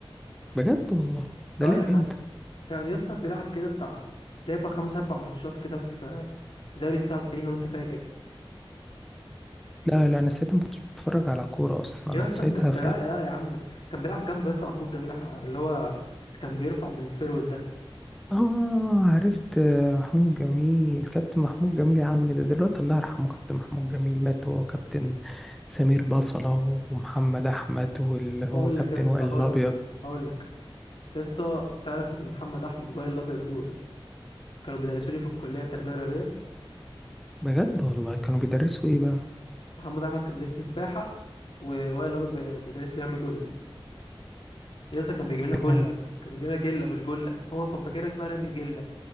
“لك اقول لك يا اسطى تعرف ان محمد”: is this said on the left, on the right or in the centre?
Left